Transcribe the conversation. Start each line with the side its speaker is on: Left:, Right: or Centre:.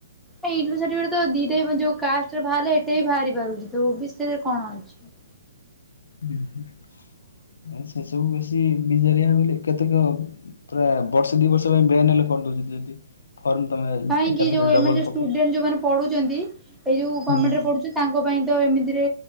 Centre: ତ ଦିଟା ଯଉ କାଷ୍ଟରେ ବାହାରିଲ ଏଟା ହ ବି ବାହାରି ପାରୁଛି ତ ବିରେ କଣ ଅଛି? ହ <inaudible>
Left: ହୁଁ ହୁ ଆ ସେ ସବୁ ବେଶୀ ବିଜାରିଆ ବୋଲି କେତେକ <unintelligible> ପୁରା ବର୍ଷ ଦି ବର୍ଷ ପାଇଁ ବେୟ ନେଲେ କଣ ଦଉଛନ୍ତି ଯଦି ଫର୍ମ ତମେ
Centre: କାହିଁକି
Left: ଏକାଥରେ
Centre: ଯୋଉ ଏମାନେଉ
Left: ଡବଲ ପକେଇବ।
Centre: ଷ୍ଟୁଡେଣ୍ଟ ଯୋଉମାନେ ପଢୁ ଏଇ ଯୋଉ ଗମେଣ୍ଟ
Left: ହୁଁ
Centre: ରେ ପଢୁଛନ୍ତି। ତାଙ୍କ ପାଇଁ ତ ଏମିତିରେ